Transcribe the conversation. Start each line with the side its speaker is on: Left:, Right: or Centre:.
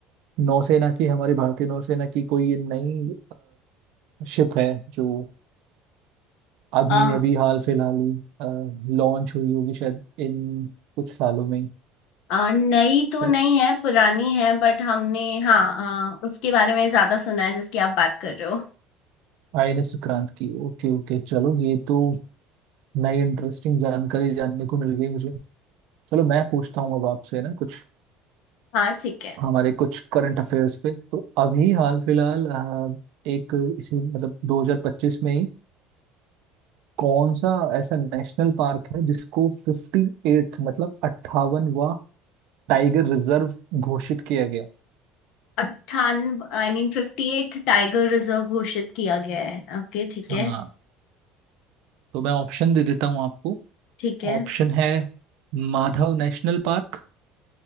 Right: नौसेना की हमारी भारतीय नौसेना की कोई ये नई शिप है जो अभी
Left: आ,
Right: अभी हाल फिलहाल ही लॉन्च हुई होगी शायद इन कुछ सालों में
Left: आ, नई तो
Right: सर
Left: नहीं है पुरानी है बट हमने हाँ आ, उसके बारे में ज्यादा सुना है जिसकी आप बात कर रहे हो
Right: आईएनएस सुक्रांत की ओके ओके चलो ये तो नई इंटरेस्टिंग जानकारी जानने को मिल गई मुझे चलो मैं पूछता हूँ अब आपसे ना कुछ
Left: हाँ ठीक है
Right: हमारे कुछ करंट अफेयर्स पे तो अभी हाल फिलहाल अ, एक इसी मतलब 2025 में ही कौन सा ऐसा नेशनल पार्क है जिसको फिफ्टी एट्थ मतलब 58वां टाइगर रिजर्व घोषित किया गया
Left: अट्ठानवे आई मीन फिफ्टी एट टाइगर रिजर्व घोषित किया गया है ओके ठीक
Right: हाँ
Left: है
Right: तो मैं ऑप्शन दे देता हूँ आपको
Left: ठीक है
Right: ऑप्शन है माधव नेशनल पार्क